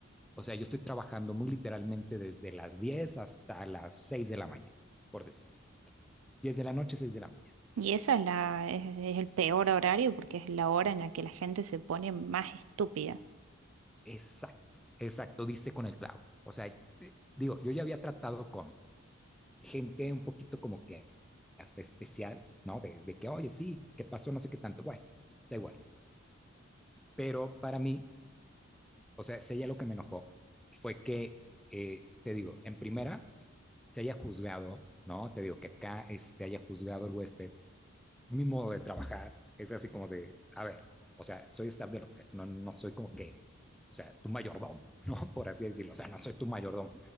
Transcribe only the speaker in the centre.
O sea, yo estoy trabajando muy literalmente desde las 10 hasta las 6 de la mañana, por decirte. 10 de la noche, 6 de la mañana.
Exacto, exacto, diste con el clavo. O sea, eh, digo, yo ya había tratado con gente un poquito como que hasta especial, ¿no? De, de que, oye, sí, ¿qué pasó? No sé qué tanto. Bueno, da igual. Pero para mí, o sea, si ella lo que me enojó fue que, eh, te digo, en primera, se haya juzgado, ¿no? Te digo que acá este, haya juzgado el huésped mi modo de trabajar es así como de, a ver, o sea, soy staff del hotel, no, no soy como que, o sea, tu mayordomo, <laughs> ¿no? Por así decirlo, o sea, no soy tu mayordomo.